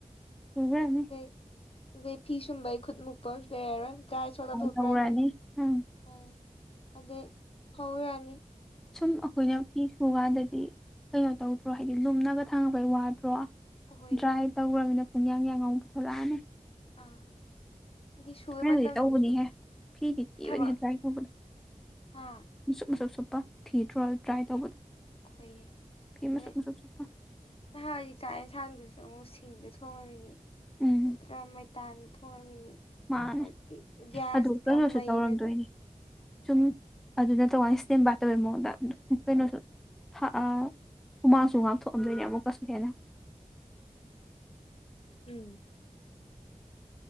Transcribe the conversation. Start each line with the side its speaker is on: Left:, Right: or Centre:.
Centre: ꯁꯨꯒ꯭ꯔꯅꯤ
Left: ꯑꯗꯨꯗꯩ ꯐꯤ ꯁꯨꯝꯕꯩ ꯈꯨꯠ ꯃꯨꯛꯄ ꯑꯝꯁꯨ ꯂꯩꯔꯔꯣꯏ ꯗ꯭ꯔꯥꯏ ꯁꯣꯠ ꯇꯧꯊꯣꯛꯈ꯭ꯔꯅꯤ꯫
Centre: ꯇꯧꯔꯅꯤ ꯎꯝ
Left: ꯑꯥ ꯑꯗꯩ ꯐꯧꯌꯥꯔꯅꯤ
Centre: ꯁꯨꯝ ꯑꯈꯣꯏꯅ ꯐꯤ ꯁꯨꯀꯥꯟꯗꯗꯤ ꯀꯩꯅꯣ ꯇꯧꯗ꯭ꯔꯣ ꯍꯥꯏꯗꯤ ꯂꯨꯝꯅꯕ ꯊꯥꯡꯉꯛꯄꯩ ꯋꯥꯗ꯭ꯔꯣ
Left: ꯍꯣꯏꯌꯦ
Centre: ꯗ꯭ꯔꯥꯏ ꯇꯧꯒ꯭ꯔꯃꯤꯅ ꯄꯨꯡꯌꯥꯡ ꯌꯥꯡ ꯉꯥꯎ ꯄꯨ ꯊꯣꯛꯂꯛꯑꯅꯤ
Left: ꯑꯥ ꯑꯗꯩ ꯁꯨꯕ
Centre: ꯀꯩꯅꯣꯗꯤ
Left: ꯃꯇꯝꯗꯨꯁꯨ
Centre: ꯇꯧꯕꯅꯤꯍꯦ ꯐꯤꯗꯤ ꯊꯤꯕꯅꯤꯍꯦ
Left: ꯊꯕꯛ
Centre: ꯗ꯭ꯔꯥꯏ ꯇꯧꯕꯗꯣ
Left: ꯑꯥ
Centre: ꯃꯁꯨꯞ ꯃꯁꯨꯞ ꯁꯨꯞꯄ ꯊꯤꯗ꯭ꯔꯣ ꯗ꯭ꯔꯥꯏ ꯇꯧꯕꯗꯣ
Left: ꯈꯣꯏꯌꯦ
Centre: ꯐꯤ
Left: ꯑꯗꯩ
Centre: ꯃꯆꯨꯞ ꯃꯆꯨꯞ ꯁꯨꯞꯄ
Left: ꯅꯍꯥꯒꯤ ꯆꯥꯛ ꯑꯦꯟꯁꯥꯡꯗꯨꯁꯨ ꯑꯃꯨꯛ ꯁꯤꯡꯗ ꯊꯣꯡꯉꯝꯃꯤꯅꯤ
Centre: ꯎꯝ
Left: ꯅꯠꯇ꯭ꯔ ꯃꯩ ꯇꯥꯟ ꯊꯣꯡꯉꯝꯃꯤꯅꯤ
Centre: ꯃꯥꯟꯅꯦ
Left: ꯍꯧꯖꯤꯛꯇꯤ ꯒ꯭ꯌꯥꯁꯀ
Centre: ꯑꯗꯨ ꯀꯩꯅꯣꯁꯨ
Left: ꯃꯩꯒꯗ
Centre: ꯇꯧꯔꯝꯗꯣꯏꯅꯤ ꯁꯨꯝ
Left: ꯑꯥ
Centre: ꯑꯗꯨꯅ ꯇꯧꯉꯥ ꯁ꯭ꯇꯦꯝꯕꯥꯠ ꯇꯧꯋꯦ ꯃꯑꯣꯡꯗ ꯑꯗꯨꯝ ꯀꯩꯅꯣꯁꯨ ꯊ ꯑ ꯍꯨꯃꯥꯡꯁꯨ ꯍꯨꯃꯥꯡ ꯊꯣꯛꯑꯝꯗꯣꯏꯅꯦ ꯑꯃꯨꯛꯀꯁꯨ ꯍꯦꯟꯅ
Left: ꯎꯝ